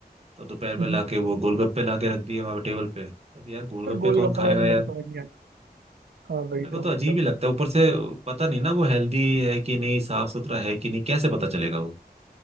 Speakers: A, on the right; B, on the right.
A: तब दोपहर में
B: है <laughs>
A: लाके वो गोलगप्पे लाके रख दिए वहां टेबल पे अब यार गोलगप्पे
B: और गोलगप्पा
A: कौन खाएगा
B: का तो
A: यार
B: मेरे को समझ नहीं आता हाँ वही
A: मेरे को
B: तो
A: तो
B: मतलब
A: अजीब ही लगता है ऊपर से पता नहीं ना वो हेल्दी है कि नहीं साफ सुथरा है कि नहीं कैसे पता चलेगा वो